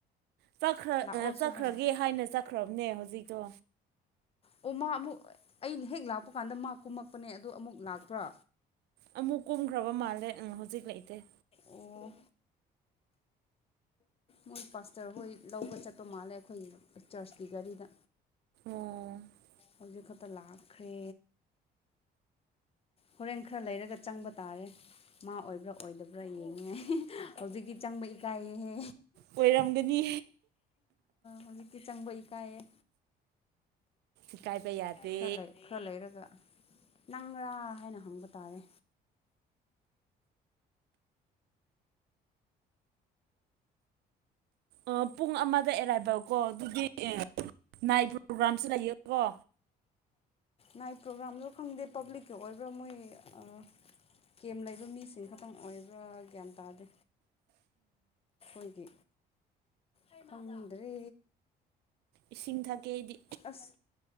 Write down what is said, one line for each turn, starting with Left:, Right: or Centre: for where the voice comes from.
Right: ꯈ
Left: ꯂꯥꯛꯑꯣꯁꯨ
Right: ꯆꯠꯈ꯭ꯔꯒꯦ
Left: ꯍꯥꯏꯕ
Right: ꯍꯥꯏꯅ ꯆꯠꯈ꯭ꯔꯕꯅꯦ ꯍꯧꯖꯤꯛꯇꯣ
Left: ꯑꯣ ꯃꯥ ꯑꯃꯨꯛ ꯑꯩ ꯍꯦꯛ ꯂꯥꯛꯄ ꯀꯥꯟꯗ ꯃꯥ ꯀꯨꯝꯃꯛꯄꯅꯦ ꯑꯗ ꯑꯃꯨꯛ ꯂꯥꯛꯄ꯭ꯔꯥ
Right: ꯑꯃꯨꯛ ꯀꯨꯝꯈ꯭ꯔꯕ ꯃꯥꯜꯂꯦ ꯍꯧꯖꯤꯛ ꯂꯩꯇꯩ
Left: ꯑꯣ ꯃꯣꯏ ꯄꯥꯁꯇꯔ ꯍꯣꯏ ꯂꯧꯕ ꯆꯠꯄ ꯃꯥꯜꯂꯦ ꯑꯩꯈꯣꯏ ꯆꯔꯆꯀꯤ ꯒꯥꯔꯤꯗ
Right: ꯑꯣꯏꯔꯝ
Left: ꯍꯧꯖꯤꯛ ꯈꯛꯇ ꯂꯥꯛꯈ꯭ꯔꯦ ꯍꯣꯔꯦꯟ ꯈꯔ ꯂꯩꯔꯒ ꯆꯪꯕ ꯇꯥꯔꯦ ꯃꯥ ꯑꯣꯏꯕ꯭ꯔꯥ ꯑꯣꯏꯗꯕ꯭ꯔꯥ ꯌꯦꯡꯉꯤꯦ ꯍꯧꯖꯤꯛꯀꯤ ꯆꯪꯕ ꯏꯀꯥꯏꯌꯦꯍꯦ
Right: ꯑꯣꯏꯔꯝꯒꯅꯤ
Left: ꯍꯧꯖꯤꯛꯀꯤ ꯆꯪꯕ ꯏꯀꯥꯏꯌꯦꯦ
Right: ꯏꯀꯥꯏꯕ ꯌꯥꯗꯦ
Left: ꯈ ꯈꯔ ꯂꯩꯔꯒ ꯅꯪꯔꯥ ꯍꯥꯏꯅ ꯍꯪꯕ ꯇꯥꯔꯦ
Right: ꯑꯥꯞ ꯄꯨꯡ ꯑꯃꯗ ꯑꯦꯔꯥꯏꯕꯦꯜꯀꯣ ꯑꯗꯨꯗꯤ ꯅꯥꯏꯠ ꯄ꯭ꯔꯣꯒ꯭ꯔꯥꯝꯁꯨ ꯂꯩꯌꯦꯀꯣ
Left: ꯅꯥꯏꯠ ꯄ꯭ꯔꯣꯒ꯭ꯔꯥꯝꯗꯣ ꯈꯪꯗꯦ ꯄꯕ꯭ꯂꯤꯛꯀꯤ ꯑꯣꯏꯕ꯭ꯔꯥ ꯃꯣꯏ ꯑ ꯀꯦꯝ ꯂꯩꯕ ꯃꯤꯁꯤꯡ ꯈꯛꯇꯪ ꯑꯣꯏꯕ꯭ꯔꯥ ꯒ꯭ꯌꯥꯟ ꯇꯥꯗꯦ ꯑꯩꯈꯒꯤ ꯑꯥ ꯂꯣꯏꯔꯦ
Right: ꯏꯁꯤꯡ ꯊꯛꯒꯦ ꯑꯩꯗꯤ
Left: ꯑꯁ